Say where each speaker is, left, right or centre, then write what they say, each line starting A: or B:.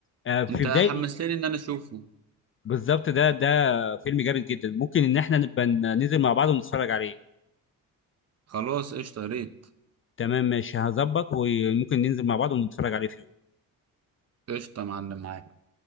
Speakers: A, on the left; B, on the right.
A: آه، في
B: أنت
A: بدايه
B: حمستني إن أنا أشوفه
A: بالظبط ده ده فيلم جامد جدا ممكن ان احنا نبقى ننزل مع بعض ونتفرج عليه
B: خلاص قشطة يا ريت
A: تمام ماشي هظبط وممكن ننزل مع بعض ونتفرج عليه في يوم
B: قشطة يا معلم معاك